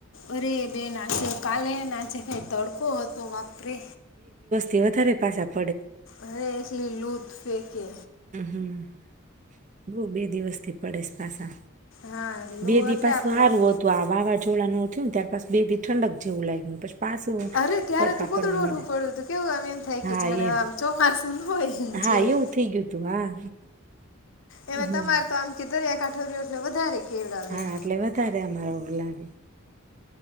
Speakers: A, on the left; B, on the right.
A: અરે બે નાચ્યો કાલે નાચે કઈ તડકો હતો તો બાપરે
B: તે વધારે પાસા આપ
A: અરે એક લી લું પેકે
B: હ હમ બહ બે દિવસ થી પડેસ પાછા
A: હા લૂ
B: બેદી
A: એટલે
B: પાસું
A: આપણે
B: સારું
A: આમ
B: હતું આ વાવાઝોડા ન તું તાર પ બે ભી ઠંડક જેવું લાગ્યું પછ પાસું
A: અરે
B: <unintelligible>
A: ત્યારે
B: પડવા
A: તો ગોદડું
B: માંડયા
A: ઓઢવું પડ્યું હતું કેવું આમ એમ થાય કે
B: હા
A: જાણે
B: એમ
A: આમ ચોમાસું ન હોય
B: હા
A: જેવું
B: એવું થઈ ગયું તું હા
A: એ
B: હમ
A: તમારે તો આમ દરીયા કામો રહ્યો એટલે વધારે કેવડાવે
B: હા
A: એમ
B: એટલે વધારે અમારા ઓલા